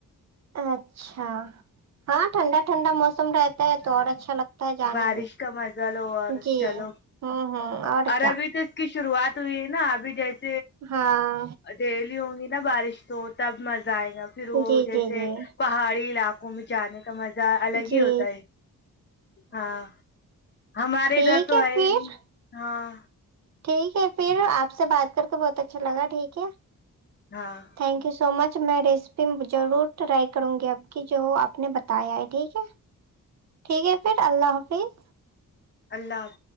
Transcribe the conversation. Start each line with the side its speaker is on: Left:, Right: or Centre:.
Right: اچھا ہاں ٹھنڈا ٹھنڈا موسم رہتا
Left: ہاں
Right: ہے تو اور اچھا لگتا ہے جانے
Left: بارش
Right: میں
Left: کا مزہ لو اور
Right: جی
Left: چلو
Right: ہوں ہوں اور کیا
Left: ابھی تو اس کی شروعات ہوئی ہے نا ابھی جیس
Right: ہاں
Left: دہلی ہگینا بارش تو تب مز جائے گا پھر وہ
Right: جی
Left: جیسے
Right: جی جی
Left: پہاڑی علاقے گ میں جانے کا مزہ الگ
Right: جی
Left: ہی ہوتا ہے ہاں ہمارے
Right: ٹھیک
Left: ادھر تو ہے
Right: پھر
Left: ہی ہاں
Right: ٹھیک ہے پھر آپ سے بات کر کے بہت اچھا لگا ٹھیک ہے
Left: ہاں
Right: تھینک یو سو مچ آج میں ریسیپی ضرور ٹرائی کروں گی آب کی جو آپ نے بتایا ہے ٹھیک ہے ٹھیک ہے پھر اللہ حافظ
Left: اللہہ